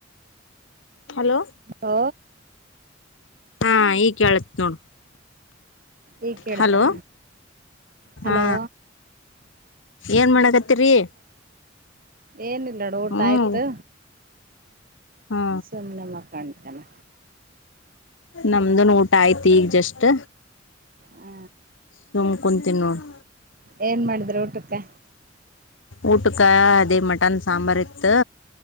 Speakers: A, on the left; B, on the right.
A: ಹಲೋ
B: ಹ
A: ಹಾ ಈ ಕೇಳತ್ ನೋಡು
B: ಈಗ ಕೇಳ್ತಾ
A: ಹಲೋ
B: ಹಲೋ
A: ಹಾ ಏನ್ ಮಾಡಕತ್ತರಿ
B: ಏನಿಲ್ಲಡು ಊಟ
A: ಹ್ಮ್
B: ಆಯ್ತು
A: ಹಾ
B: ಸುಮ್ನೆಮ್ಮಖಾಣತನ
A: ನಮ್ದನ್ ಊಟ ಆಯತಿ ಈಗ ಜಸ್ಟ್
B: ಹ
A: ಸುಮ್ ಕುಂತೀನ್ ನೋಡ್
B: ಏನು ಮಾಡಿದ್ರೆ ಊಟಕ್ಕೆ
A: ಊಟಕ್ಕೆ ಅದೇ ಮಟನ್ ಸಾಂಬಾರ ಇತ್ತು